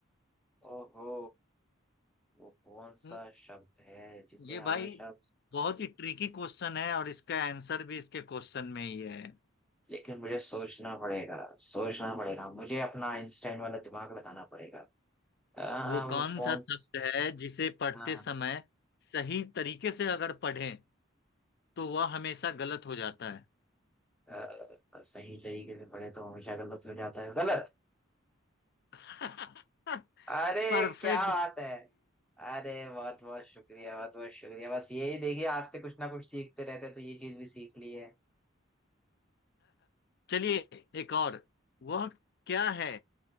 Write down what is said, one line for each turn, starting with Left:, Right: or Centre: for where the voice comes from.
Centre: ओहो वो कौन सा
Left: हम्म,
Centre: शब्द है जिसे
Left: ये
Centre: हमेशा
Left: भाई बहुत ही ट्रिकी क्वेश्चन है और इसका आंसर भी इसके क्वेश्चन में ही है
Centre: लेकिन मुझे सोचना पड़ेगा सोचना पड़ेगा मुझे अपना आइंस्टाइन वाला दिमाग लगाना पड़ेगा आ,
Left: वो
Centre: वो
Left: कौन
Centre: कौन
Left: सा शब्द
Centre: स-
Left: है जिसे पढ़ते
Centre: हाँ
Left: समय सही तरीके से अगर पढ़ें तो वह हमेशा गलत हो जाता है
Centre: आ, सही तरीके से पढ़े तो हमेशा गलत हो जाता है गलत
Left: <laughs>
Centre: अरे
Left: परफेक्ट
Centre: क्या बात है अरे बहुत बहुत शुक्रिया बहुत बहुत शुक्रिया बस यही देखिए आपसे कुछ ना कुछ सीखते रहते हैं, तो ये चीज भी सीख ली है
Left: चलिए एक और वह क्या है